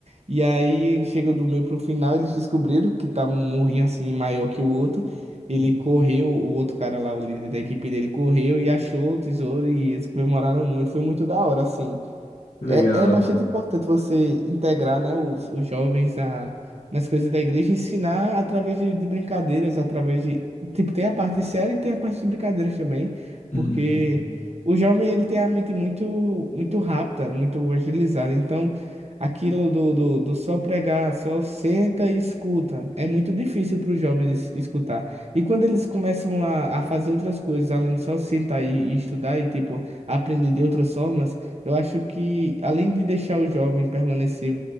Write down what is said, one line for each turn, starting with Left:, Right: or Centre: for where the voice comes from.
Right: E aí chegou do meio pro final, eles descobriram que tava um morrinho assim maior que o outro. Ele
Left: Hum,
Right: correu, o outro cara lá, o líder da equipe dele, correu e achou o tesouro e eles comemoraram muito. Foi muito da hora, assim.
Left: Que legal.
Right: É, é bastante importante você integrar, né, os, os jovens na, nas coisas da igreja, ensinar através de, de brincadeiras, através de... Tipo, tem a parte séria e tem a parte de brincadeiras também,
Left: Hum,
Right: porque
Left: hum.
Right: o jovem, ele tem a mente muito, muito rápida, muito agilizada, então aquilo do, do, do só pregar, só senta e escuta, é muito difícil para os jovens escutar. E quando eles começam a, a fazer outras coisas, além de só sentar e, e estudar e, tipo, aprender de outras formas, eu acho que, além de deixar o jovem permanecer,